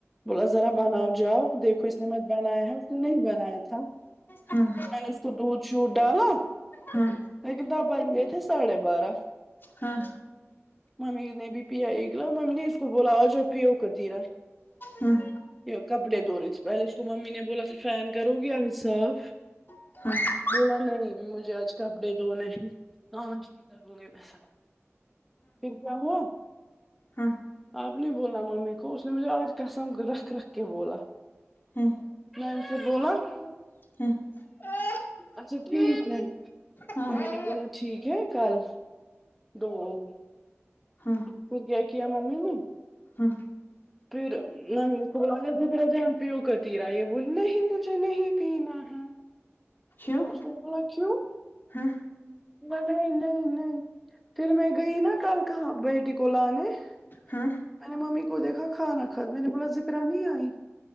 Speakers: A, in the centre; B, on the left (about 45°).
A: بولا ذرا بناؤ جاؤ دیکھو اس نے مت بنایا ہے اس نے نہیں بنایا تھا
B: ہاں
A: میں نے اس کو دودھ شودھ ڈالا
B: ہاں
A: لیکن تو آچ گئے ا تھے ساڑھے بارہ
B: ہاں
A: ممی نے بھی پیا گلا ممی نے اس کو بولا اور ج اب پی ہو کر رہا
B: ہمم
A: یہ کپڑے دوری سے پہلے اس کو ممی نے بولا فین کرو گے آج صاف
B: <unintelligible>
A: بولا نہیں مجھے آج کپڑے دنے ہاں یہ کروں گی میں ساتھ پھر کیا ہوا
B: ہاں
A: آپ نے بولا ممی کو اس نے مجھے آج قسم رکھ رکھ کے بولا
B: ہمم
A: <unintelligible>
B: ہاں
A: اچھا ٹھیک ہے
B: ہاں
A: ممی نے بولا ٹھیک ہے کل دو ہو
B: ہاں
A: پھر کیا کیا اممی نے
B: ہاں
A: <unintelligible> جان پیو کا تیرا یہ بول نہیں مجھے نہیں پینا ہے
B: کیوں
A: اس نے بولا کیوں
B: ہاں
A: نہیں نہیں نہیں پھر میں گئی نا کل کہاں بیٹی کو لانے میں
B: ہاں ہاں
A: نے ممی کو دیکھا کھانا میں نے بولا ذکرا نہیں آئی